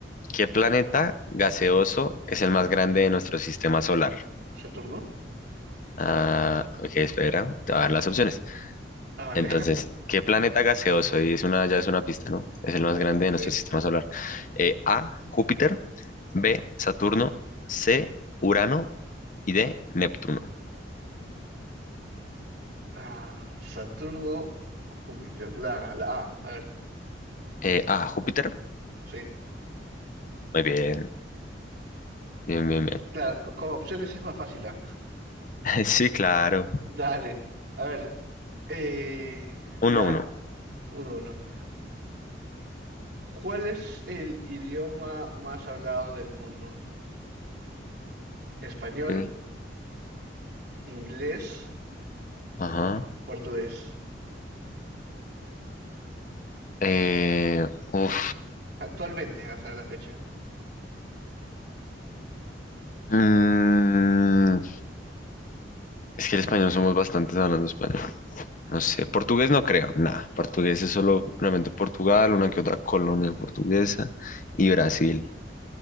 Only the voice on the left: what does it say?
¿qué planeta gaseoso es el más grande de nuestro sistema solar?
Ah, ok, espera, te voy a dar las opciones.
Entonces,
¿qué planeta gaseoso? Y es una, ya es una pista, ¿no? Es el más grande
de nuestro sistema solar. Eh, A, Júpiter, B, Saturno, C, Urano y D, Neptuno.
Eh, A, Júpiter.
Muy bien. Bien, bien, bien.
<laughs> Sí,
claro.
Uno,
uno.
Sí.
Ajá.
Eh, uf.
Mm, es que el español somos bastantes hablando español. No sé, portugués no creo, nada. Portugués es solo realmente Portugal, una que otra colonia portuguesa y Brasil.